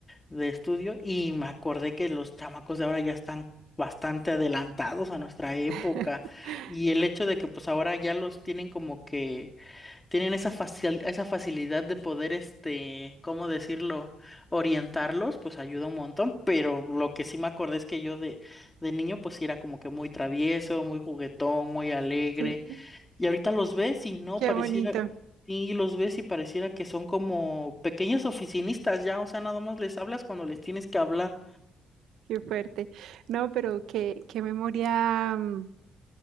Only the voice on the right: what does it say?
<laughs>
Sí,
qué
bonito,
qué fuerte. No, pero qué, qué memoria mm,